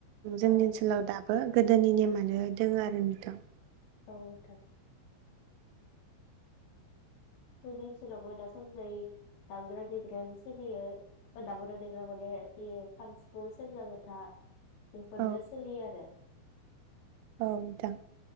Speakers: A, on the left; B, on the right.
A: औ
B: जोंनि ओनसोलाव दा बो गोदोनि नेमानो दोङो आरो नोंथां।
A: औ नोंथां। जोंनि ओनसोलावबो दासम जाय दामग्रा देग्रायानो सोलियो। दामग्रा देग्रा माने बेयो काम, सिफुं, सेरजा, जथा, बेफोरनो
B: औ
A: सोलियो आरो।
B: औ नोंथां।